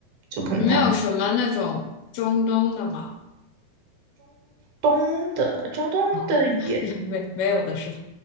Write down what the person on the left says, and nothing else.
你们有什么那种中东的吗？
<laughs> 没没有的是吧？